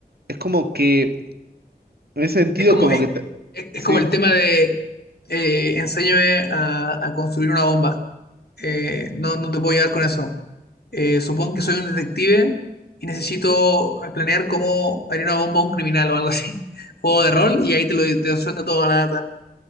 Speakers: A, on the right; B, on the left.
A: Es como que, en ese sentido,
B: es como,
A: como
B: es,
A: que... te-
B: es- es
A: Sí.
B: como el tema de eh, enséñame a, a construir una bomba. Eh, no, no te puedo ayudar con eso. eh, supongo que soy un detective y necesito eh, planear cómo haría una bomba a un criminal o algo así. <laughs> Juego de rol y ahí te lo te suelta toda la data.